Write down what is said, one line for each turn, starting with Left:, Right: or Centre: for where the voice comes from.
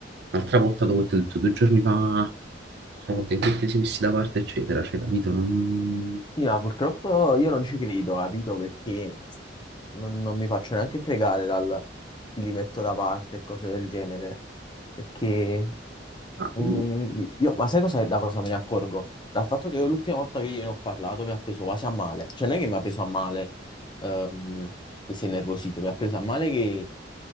Right: un'altra volta dopo che ti ho detto due giorni fa, sono contento che ti sei messi da parte, eccetera, cioè, capito? Non...
Left: Sì, ma purtroppo io non ci credo, capito? Perché non, non mi faccio neanche fregare dal ti li metto da parte e cose del genere. Perché
Right: ah, mm.
Left: mm, io, ma sai cosa, da cosa me ne accorgo? Dal fatto che io l'ultima volta che gliene ho parlato mi ha preso quasi a male. Cioè, non è che mi ha preso a male ehm, che sei nervosito, mi ha preso a male che